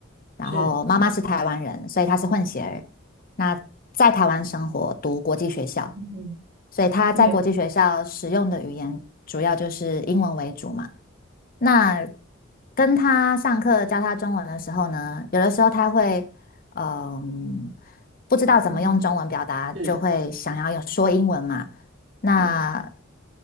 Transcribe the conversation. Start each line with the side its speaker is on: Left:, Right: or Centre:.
Left: 然后妈妈是台湾人，
Right: 是，
Left: 所以她是混血儿。那在台湾生活，读国际学校，
Right: 嗯
Left: 所以她在国际学校使用的语言主要就是英文为主嘛。
Right: 嗯
Left: 那跟她上课教她中文的时候呢，有的时候她会，嗯、不知道怎么用中文表达，
Right: 嗯哼，是，
Left: 就会想要有说英文嘛。那
Right: 嗯，